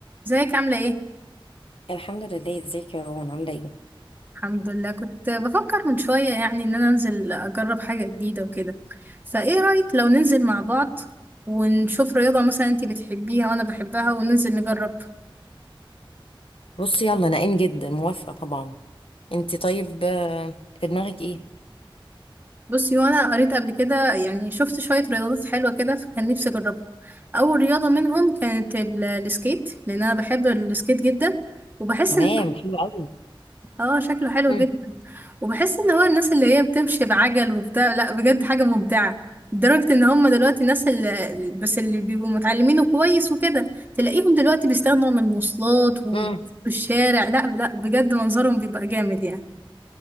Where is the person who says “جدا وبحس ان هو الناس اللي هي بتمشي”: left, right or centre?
Right